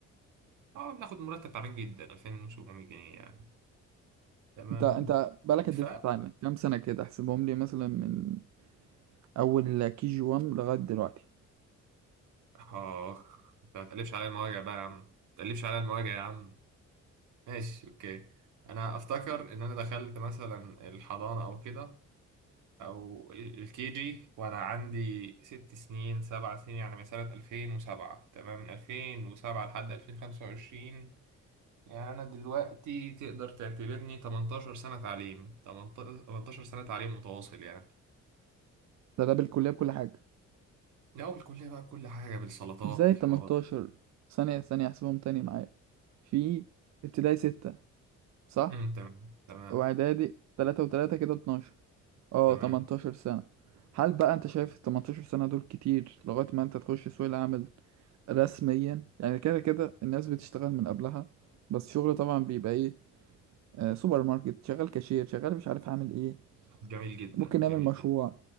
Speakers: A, on the right (about 80°); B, on the right (about 65°).
A: اه بناخد مرتب تعبان جدا 2700 جنيه يعني تمام
B: انت انت بقالك قد
A: ف
B: ايه بتتعلم كام سنه كده احسبهم لي مثلا من اول كي جي 1 لغايه دلوقتي
A: اخ انت ما تقلبش عليا المواجع بقى يا عم ما تقلبش عليا المواجع يا عم ماشي اوكي انا افتكر ان انا دخلت مثلا الحضانه او كده او الكي جي وانا عندي ست سنين سبع سنين يعني من سنة 2007 تمام من 2007 لحد 2025 يعني انا دلوقتي تقدر تعتبرني 18 سنة تعليم 18 سنة تعليم متواصل يعني
B: ده ده بالكليه بكل حاجه
A: لا بالكلية بقى بكل حاجة بالسلطات
B: ازاي
A: بالحوارات
B: 18 ثانيه ثانيه احسبهم تاني معايا في ابتدائي 6 صح
A: امم تمام تمام
B: واعدادي 3 و3 كده 12 اه
A: تمام
B: 18 سنة هل بقى انت شايف ال 18 سنة دول كتير لغاية ما انت تخش سوق العمل رسميا يعني كده كده الناس بتشتغل من قبلها بس شغل طبعا بيبقى ايه آه سوبر ماركت شغال كاشير شغال مش عارف عامل ايه
A: جميل جدا
B: ممكن نعمل
A: جميل
B: مشروع
A: جدا